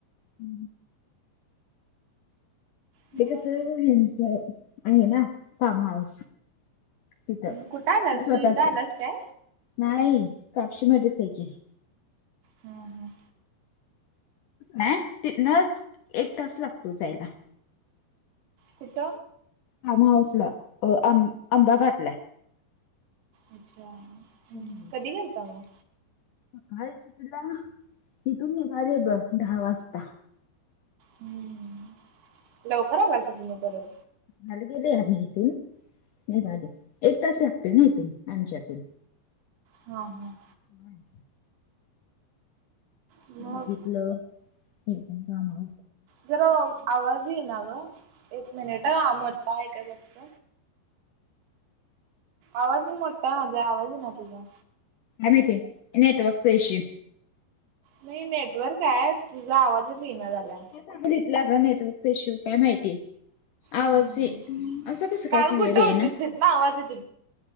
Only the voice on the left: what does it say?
ह्
क का स च आहे ना कामऊस तिथ
स्वतःच
नाही कापशी मध्येच आहे की
नाही नच एक तास लागतो जायला
फार्म हाऊस ला अहबादाघाट ला
हम्म
सकाळी कि तिला इिथून निघ रे ब दहा वाजता
मल गेले आम्ही इथून निघाले एक तास लागते ना इथून आमच्यातून
हम्
बघितलं हे कामा
आम ते नेटवर्क कश
सांगितलं ग नेटवर्क इश्यू काय माहिती आहे. आवाज
ये असं कसं
काय क्लिअर
आहे ना.